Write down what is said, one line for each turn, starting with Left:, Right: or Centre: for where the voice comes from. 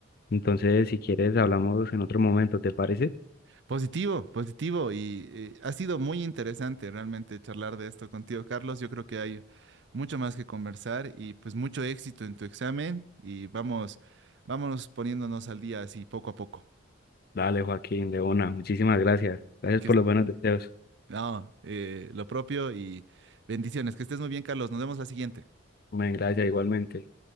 Left: Entonces, si quieres, hablamos en otro momento, ¿te parece?
Right: Positivo, positivo. Y eh, ha sido muy interesante realmente charlar de esto contigo, Carlos. Yo creo que hay mucho más que conversar y pues mucho éxito en tu examen y vamos, vámonos poniéndonos al día así poco a poco.
Left: Dale, Joaquín, Leona, muchísimas gracias. Gracias
Right: Que
Left: por
Right: es-
Left: los buenos deseos.
Right: no, eh, lo propio y bendiciones. Que estés muy bien, Carlos. Nos vemos la siguiente.
Left: Hombre, gracias igualmente.